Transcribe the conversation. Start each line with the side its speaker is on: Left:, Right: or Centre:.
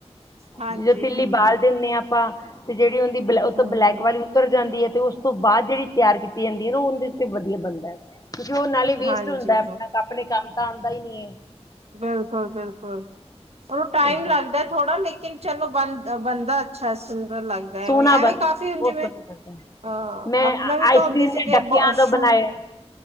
Right: ਹਾਂਜੀ
Left: ਜਿਦੋਂ ਤਿੱਲੀ
Right: ਹਾਂਜੀ
Left: ਬਾਲ ਦਿੰਨੇ ਆ, ਆਪਾ ਤੇ ਜਿਹੜੀ ਉਹਦੀ ਬਲ ਉਹ ਤਾਂ
Right: ਹੂੰ
Left: ਬਲੈਕ
Right: ਹੂੰ
Left: ਵਾਲੀ ਉਤਰ ਜਾਂਦੀ ਐ, ਤੇ ਉਸ ਤੋਂ ਬਾਅਦ ਜਿਹੜੀ ਤਿਆਰ ਕੀਤੀ ਜਾਂਦੀ ਐ, ਉੰਹਦੀ ਵਧੀਆ ਬਣਦੈ, ਕਿਉਂਕਿ ਉਹ ਨਾਲੇ ਵੇਸਟ
Right: ਹਾਂਜੀ
Left: ਹੁੰਦਾ ਆਪਣਾ,
Right: ਹਾਂ
Left: ਆਪਣੇ ਕੰਮ ਤਾਂ ਆਂਦਾ ਈ ਨਹੀਂ ਏ।
Right: ਬਿਲਕੁਲ-ਬਿਲਕੁਲ, ਉਨੂੰ ਟਾਈਮ
Left: ਏਦਾਂ
Right: ਲੱਗਦਾ ਥੋੜਾ ਲੇਕਿਨ ਚਲੋ ਬੰ, ਬੰਨਦਾ ਅੱਛਾ, ਸੁੰਦਰ ਲੱਗ ਦ
Left: ਸੋਹਣਾ
Right: ਐਂਵੇ, ਐਵੇਂ
Left: ਬਣ
Right: ਕਾਫੀ ਹੁਨ
Left: ਬਹੁਤ
Right: ਜਿਵੇਂ
Left: ਸੋਹਣਾ
Right: ਆਂ,
Left: ਬਣਦਾ ਹੈ ਮੈਂ
Right: ਆਪਣੇ ਵੀ
Left: ਆਈਸ
Right: ਤਾਂ ਹੁੰਦੇ
Left: ਕਰ੍ਰੀਮ
Right: ਸੀਗੇ,
Left: ਦੇ ਡੱਕਿਆਂ
Right: ਬ,
Left: ਤੋਂ
Right: ਸ਼ੂ
Left: ਬਣਾਇਆ